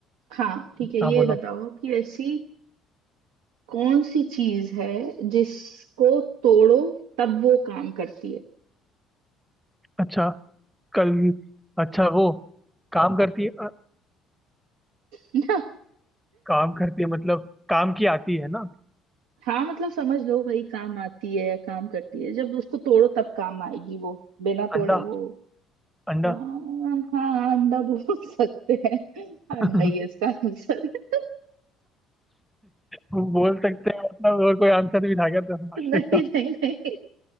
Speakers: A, on the right (about 75°); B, in the centre.
A: हाँ ठीक है
B: हाँ
A: ये
B: बोलो
A: बताओ कि ऐसी कौन सी चीज है जिसको तोड़ो तब वो काम करती है
B: अच्छा कल अच्छा वो काम करती है अ,
A: <laughs> ना?
B: काम करती है मतलब काम की आती है ना
A: हाँ मतलब समझ लो भाई काम आती है या काम करती है जब उसको तोड़ो तब काम आएगी वो बिना तोड़े
B: अंडा
A: वो
B: अंडा
A: हाँ हाँ, अंडा बोल <laughs> सकते हैं अंडा
B: <laughs>
A: ही है इसका आंसर <laughs>
B: वो बोल सकते हैं मतलब और कोई आंसर भी था क्या तो <laughs>
A: नहीं
B: इसका
A: नहीं नहीं